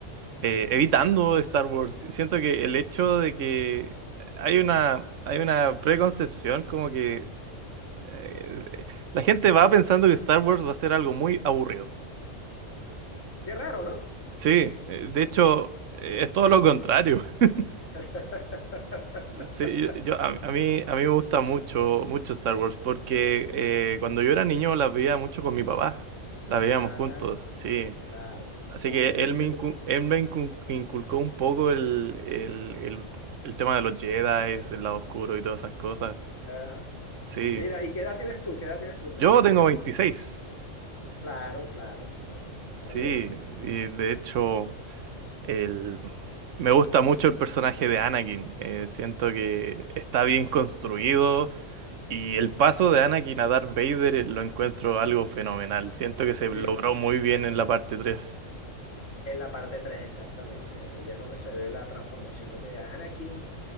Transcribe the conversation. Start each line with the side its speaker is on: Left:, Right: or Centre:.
Right: eh, evitando Star Wars. Siento que el hecho de que hay una, hay una preconcepción como que eh, la gente va pensando que Star Wars va a ser algo muy aburrido.
Left: Qué raro, ¿no?
Right: Sí, eh, de hecho eh, es todo lo contrario. <laughs>
Left: <laughs>
Right: Sí, yo, yo- a, a mí, a mí me gusta mucho, mucho Star Wars porque eh, cuando yo era niño la veía mucho con mi papá. La veíamos
Left: Ah,
Right: juntos,
Left: cl-
Right: sí.
Left: claro,
Right: Así
Left: claro,
Right: que él
Left: viste
Right: me,
Left: tú.
Right: incu- él me incu- inculcó un poco el, el, el, el tema de los Jedi, el lado oscuro y todas esas cosas.
Left: Ajá.
Right: Sí,
Left: Mira, ¿y qué edad tienes tú? ¿Qué edad tienes tú, Ignacio?
Right: yo tengo 26.
Left: Claro, claro, claro. Está
Right: Sí,
Left: bien.
Right: y de hecho, el, me gusta mucho el personaje de Anakin. Eh, siento que está bien construido y el paso de Anakin a Darth Vader eh, lo encuentro algo fenomenal. Siento que se logró
Left: Sí, ¿no?
Right: muy bien en la parte tres.
Left: En la parte 3 exactamente. Ahí es donde se ve la transformación de Anakin